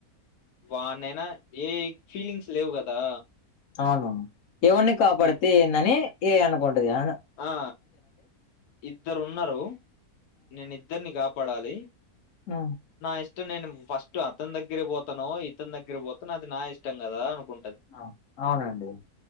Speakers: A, on the left (about 80°); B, on the left (about 65°).
A: వానైనా ఏఐ కి ఫీలింగ్స్ లేవు కదా
B: అవును ఎవన్నీ కాపాడితే
A: ని-
B: ఏందని ఏఐ అనుకుంటది అవునా
A: ఆ ఇద్దరు ఉన్నరు నేను ఇద్దరిని కాపాడాలి
B: ఆ
A: నా ఇష్టం నేను ఫస్ట్ అతని దగ్గరే పోతనో ఇతని దగ్గర పోతనో అది నా ఇష్టం కదా అనుకుంటది
B: ఆ అవునండి